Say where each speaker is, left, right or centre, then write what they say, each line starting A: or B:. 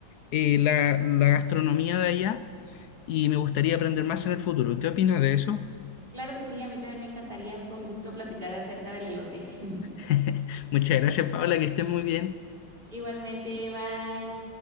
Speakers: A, on the left; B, on the right.
A: eh, la, la gastronomía de allá y me gustaría aprender más en el futuro. ¿Qué opinas de eso?
B: Claro que sí, a mí también me encantaría. Fue un gusto platicar acerca del elote. <laughs>
A: <laughs> Muchas gracias, Paula, que estés muy bien.
B: Igualmente, bye.